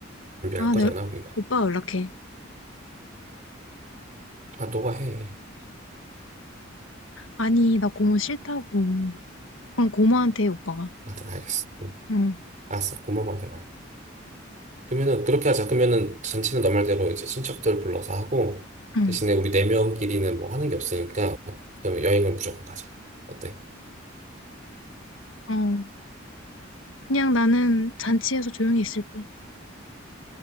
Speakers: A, on the right; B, on the left.
A: 준비할
B: 아,
A: 거잖아
B: 내
A: 우리가.
B: 오빠 연락해.
A: 아 너가 해.
B: 아니, 나 고모 싫다고. 그럼 고모한테 해, 오빠가.
A: 아, 알겠어.
B: 응,
A: 알았어, 고모만 내가 해. 그러면은 그렇게 하자. 그러면은 잔치는 너 말대로 이제 친척들 불러서 하고
B: 응,
A: 대신에 우리 네 명끼리는 뭐 하는 게 없으니까 그럼 여행을 무조건 가자. 어때?
B: 어. 그냥 나는 잔치에서 조용히 있을게.